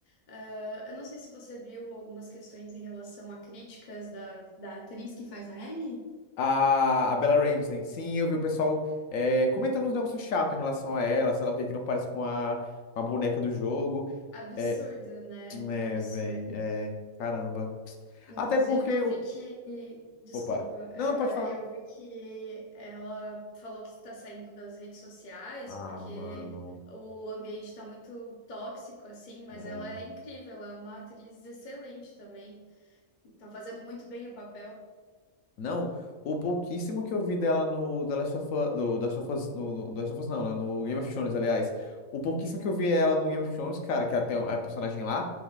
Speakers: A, on the left; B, on the left.
A: Ah, eu não sei se você viu algumas questões em relação a críticas da, da atriz que faz a Ellie.
B: A, a Bella Ramsey. Sim, eu vi o pessoal é, comentando uns negócios chatos em relação a ela, sei lá o que, que não parece com a, com a boneca do jogo.
A: Absurdo,
B: É,
A: né?
B: é,
A: Absurdo.
B: véi, é, caramba.
A: Inclusive,
B: Até porque.
A: eu
B: o-
A: vi que. Desculpa,
B: Opa.
A: é,
B: Não, pode falar.
A: eu vi que ela falou que está saindo das redes sociais
B: Ah,
A: porque
B: mano.
A: o ambiente está muito tóxico, assim, mas
B: É.
A: ela é incrível, ela é uma atriz excelente também. Tá fazendo muito bem o papel.
B: Não, o pouquíssimo que eu vi dela no The Last of Us, no, The Last of Us, no, no The Last of Us não, né? No Game of Thrones, aliás. O pouquíssimo que eu vi ela no Game of Thrones, cara, que ela tem a personagem lá,